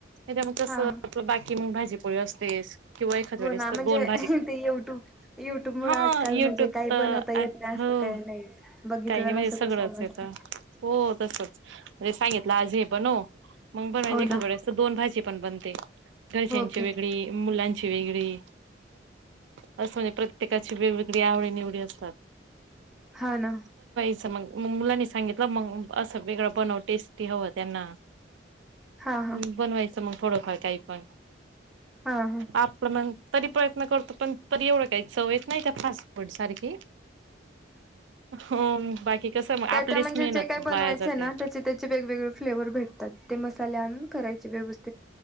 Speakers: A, on the right; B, in the centre.
A: त्या मग तसं
B: हा हा
A: आपलं बाकी मग भाजी. प पवस तेस. किंवा एखाद्या
B: हो
A: वेळेस
B: ना, म्हणजे
A: तर दोन
B: ते युट्यूब युट्यूब मुळ
A: हा
B: आजकाल
A: युट्यूब
B: म्हणजे काही
A: तर
B: बनवता येत नाही असं
A: हो
B: काही नाही. बघितलं
A: काही नाही, म्हणजे
B: ना
A: सगळंच
B: सगळं समजत
A: येत. हो तसच म्हणजे सांगितलं आज हे बनव हो मग बर माजे
B: हो
A: एखादडे
B: ना
A: अस दोन भाजी पण बनते. घरच्यांच्या
B: ओके
A: वेगळी मुलांची ची वेगळी. असं म्हणजे प्रत्येकाची वेगवेगळी आवडी, निवडी अस तर.
B: हा ना.
A: मग म मुलांनी सांगितलं मग असं वेगळं बनव टेस्टी हवं त्यांना
B: हा हा
A: ह् बनवायच मग थोडंफार काही पण
B: हा हा
A: आपलं मग तरी प्रयत्न करतो पण तरी एवढं काही चवयेत नाही त्या फास्ट फूड सारखी हो बाकी कसं मग
B: त्या
A: आपलीच
B: म्हणजे
A: मेहनत
B: जे काय
A: वाया
B: बनवायचंय
A: जाते
B: ना त्याचे त्याचे वेगवेगळे फ्लेवर्ह भेट ते मसाले आणून करायचे व्यवस्थ